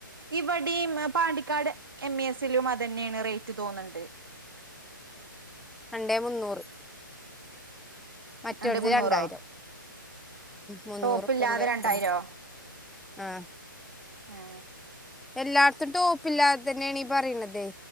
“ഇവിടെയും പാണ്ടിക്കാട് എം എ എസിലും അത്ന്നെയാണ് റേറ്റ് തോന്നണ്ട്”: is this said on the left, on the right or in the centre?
Right